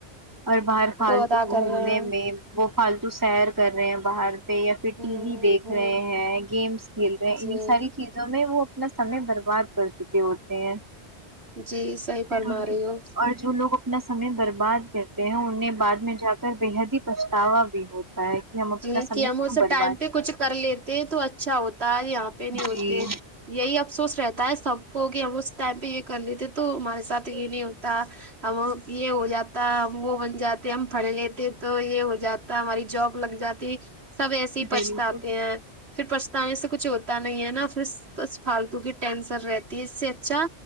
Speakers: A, on the right; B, on the right.
A: اور باہر فالتو
B: ادا کر
A: گھومنے
B: رہے ہیں
A: میں وہ فالتو سیر کر رہے ہیں باہر پہ یا پھر
B: ہ
A: ٹی وی دیکھ
B: ہ
A: رہے ہیں گیمس کھیل رہے ہیں
B: جی
A: انہیں ساری چیزیں وہ اپنا سمے برباد کر چکے ہوتے ہیں
B: جی صحیح
A: پھر
B: فرما
A: انہیں
B: رہی ہو
A: اور جو لوگ اپنا سمے برباد کرتے ہیں انہیں بعد میں جا کر بے حد ہی پچھتاوا بھی ہوتا ہے کہ ہم اپنا
B: جی
A: سمے
B: کہ ہم
A: کیوں
B: اس
A: برباد
B: ٹائم پہ
A: کیا۔
B: کچھ کر لیتے تو اچھا ہوتا ہے آج یہاں پہ نہیں ہوتے
A: جی
B: یہی افسوس رہتا ہے سب کو کہ ہم اس ٹائم پہ یہ کر لیتے تو ہمارے ساتھ یہ نہیں ہوتا ہم یہ ہو جاتا ہم وہ بن جاتے ہم پڑھ لیتے تو یہ ہو جاتا ہماری جاب لگ جاتی سب ایسے ہی
A: بالکل
B: پچھتاتے ہیں پھر پچھتانے سے کچھ ہو تا نہیں ہے نا پھر بس فالتو کی ٹینسن رہتی ہے اس سے اچھا